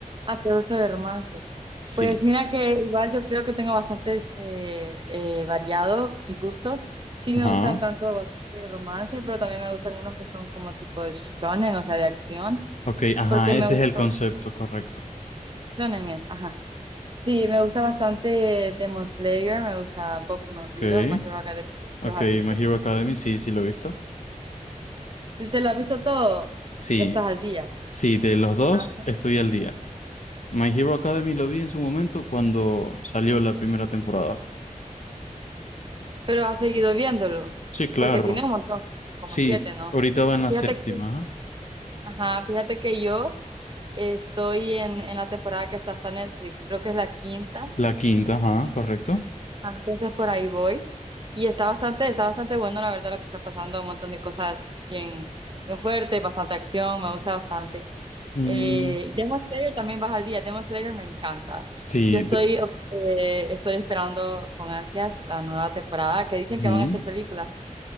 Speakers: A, on the right; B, on the left.
A: Ah, te gusta de romance.
B: Sí.
A: Pues mira que igual yo creo que tengo bastantes eh, eh, variado mis gustos. Sí
B: Ajá.
A: me gustan tanto bastante de romance, pero también me gustan unos que son como tipo shonen, o sea, de acción,
B: Ok, ajá,
A: porque me
B: ese
A: gusta
B: es el concepto correcto.
A: shonen es, ajá. Sí, me gusta bastante Demon Slayer, me gusta Boku no
B: Ok,
A: Hero, My Hero Academia,
B: ok,
A: los has visto.
B: My Hero Academy, sí, sí lo he visto.
A: Si ¿Te lo has visto todo?
B: Sí,
A: Ya estás al día.
B: sí, de los dos
A: Ah,
B: estoy al día. My Hero Academy lo vi en su momento cuando salió la primera temporada.
A: Pero has seguido viéndolo,
B: Sí, claro,
A: porque tiene un montón, como
B: sí,
A: siete, ¿no?
B: ahorita va
A: Pero
B: en la
A: Fíjate
B: séptima,
A: que,
B: ajá.
A: ajá, fíjate que yo estoy en, en la temporada que está hasta Netflix, creo que es la quinta,
B: la quinta, ajá, correcto.
A: Ah, entonces por ahí voy. Y está bastante, está bastante bueno, la verdad, lo que está pasando, un montón de cosas bien, bien fuertes, bastante acción, me gusta bastante.
B: Mm,
A: Eh, Demon Slayer también baja al día, Demon Slayer me encanta.
B: sí,
A: Yo estoy,
B: de,
A: eh, estoy esperando con ansias la nueva temporada, que dicen que
B: ujú.
A: van a hacer película.